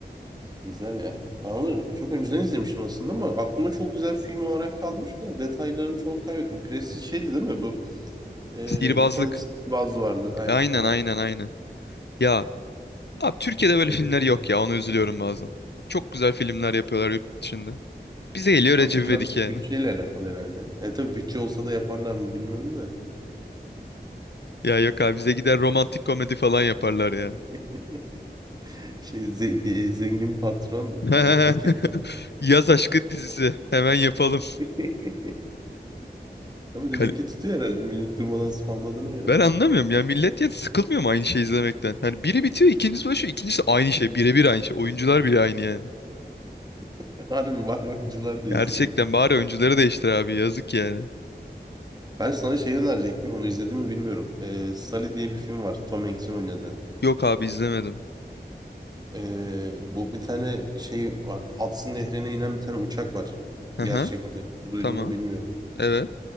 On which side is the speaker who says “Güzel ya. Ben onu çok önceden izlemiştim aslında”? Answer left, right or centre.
Right